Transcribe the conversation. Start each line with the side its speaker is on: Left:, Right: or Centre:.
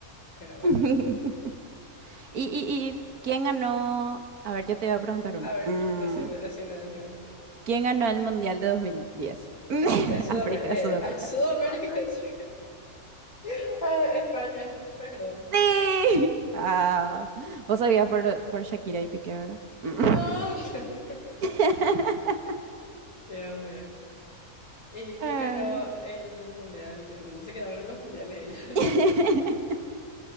Left: Pero bueno,
Right: <laughs> ¿Y, y, y quién ganó? A ver, yo te voy a preguntar uno.
Left: a ver,
Right: Mm,
Left: decime, decime, decime.
Right: ¿Quién ganó el mundial de dos mil diez <laughs>
Left: Es Sudamérica,
Right: África,
Left: eh,
Right: Sudáfrica.
Left: ah, Sudamérica, es- <laughs> Ah, España, perdón.
Right: Sí. Ah, vos sabías por, por Shakira y Piqué, ¿verdad? Mm.
Left: No. <laughs>
Right: <laughs>
Left: Dios mío. ¿Y quién
Right: Ay.
Left: ganó el mundial? de- mm, Se quedaban en los mundiales ellos.
Right: <laughs>